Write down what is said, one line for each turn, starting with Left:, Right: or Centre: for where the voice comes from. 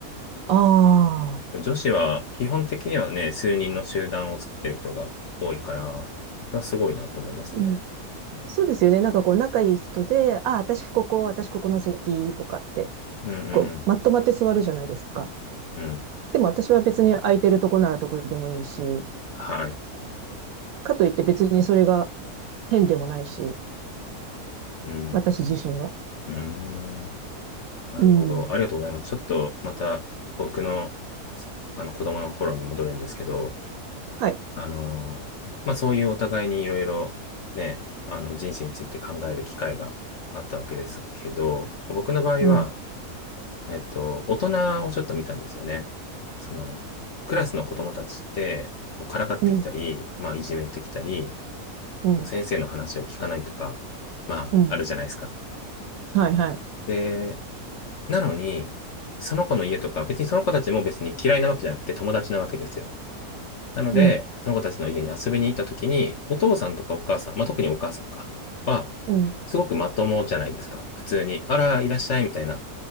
Right: ああ、
Left: 女子は基本的にはね、数人の集団を作ってる人が多いから、それはすごいなと思いますね。
Right: うん。そうですよね。なんかこう、仲いい人で、ああ、私ここ、私ここの席とかって、
Left: うん、うん、
Right: こう、まとまって座るじゃないですか。
Left: うん。うん。
Right: でも私は別に空いてるとこならどこでもいいし、
Left: はい。
Right: かといって別にそれが変でもないし、
Left: うん。
Right: 私自身は。
Left: うん。なるほど。
Right: うん。
Left: ありがとうございます。ちょっとまた僕の、そあの子供の頃に戻るんですけど、
Right: はい。
Left: あの、まあそういうお互いにいろいろね、あの人生について考える機会があったわけですけど、僕の場合は、
Right: うん、
Left: えっと、大人をちょっと見たんですよね。その、クラスの子供たちって、こうからかってきたり、
Right: うん、
Left: まあいじめてきたり、
Right: うん、
Left: こう先生の話を聞かないとか、まああるじゃないですか。
Right: うん。はい、はい。
Left: でなのに、その子の家とか、別にその子たちも別に嫌いなわけじゃなくて友達なわけですよ。なので、
Right: うん、
Left: その子たちの家に遊びに行った時に、お父さんとかお母さん、まあ、特にお母さんか、は、
Right: うん。
Left: すごくまともじゃないですか。普通に、あら、いらっしゃい、みたいな。